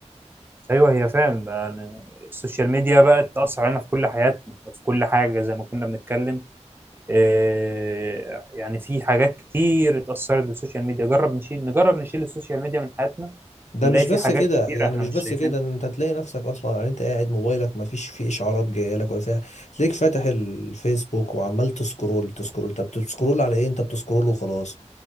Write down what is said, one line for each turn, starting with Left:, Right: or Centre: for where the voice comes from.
Right: ايوه هي فعلا بقى يعني السوشيال ميديا بقت تاثر علينا في كل حياتنا في كل حاجه زي ما كنا بنتكلم آه، يعني في حاجات كتير اتأثرت بالسوشيال ميديا جرب نشيل نجرب نشيل السوشيال ميديا من حياتنا
Left: ده
Right: نلاقي
Left: مش
Right: في
Left: بس
Right: حاجات
Left: كده
Right: كتير
Left: يعني
Right: احنا
Left: مش
Right: مش
Left: بس
Right: شايفينها
Left: كده انت تلاقي نفسك اصلا يعني انت قاعد موبايلك ما فيش فيه اشعارات جايه لك ولا فيها تلاقيك فاتح الفيسبوك وعمال تسكرول تسكرول طب بتسكرول على ايه انت بتسكرول وخلاص